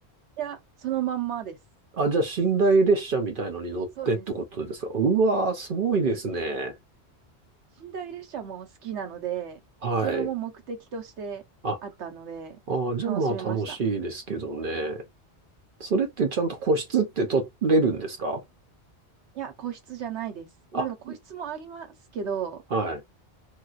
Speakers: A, on the right; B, on the right.
A: いや、そのまんまです。
B: あ、じゃあ、寝台列車みたいのに乗ってってことですかうわー、
A: そうです。
B: すごいですね。
A: 寝台列車も好きなので、
B: はい。
A: それも目的としてあったので、
B: あ、あー、じゃあまあ楽しいですけどね。
A: 楽しめました。
B: それってちゃんと個室って取れるんですか
A: いや、個室じゃないです。まあでも個室もありますけど、
B: あ、はい。